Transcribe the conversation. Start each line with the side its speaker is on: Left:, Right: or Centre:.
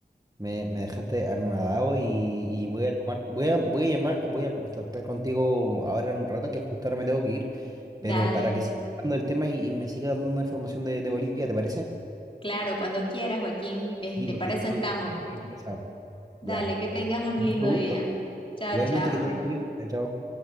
Right: Me, me dejaste anonadado y, y voy a tomar, voy a, voy a llamar, voy a contactar contigo ahora en un rato, que justo ahora me tengo que ir,
Left: <laughs> Dale.
Right: pero para que siga hablando el tema y, y me siga dando información de, de Bolivia, ¿te parece?
Left: Claro, cuando quieras, Joaquín. Este,
Right: Sí, porque
Left: para
Right: estoy,
Left: eso estamos.
Right: porque estoy muy interesado.
Left: Dale,
Right: Ya.
Left: que tengas un
Right: Mucho
Left: lindo
Right: gusto.
Left: día. Chao,
Right: Igualmente
Left: chao.
Right: que te vaya muy bien. Chao, chao.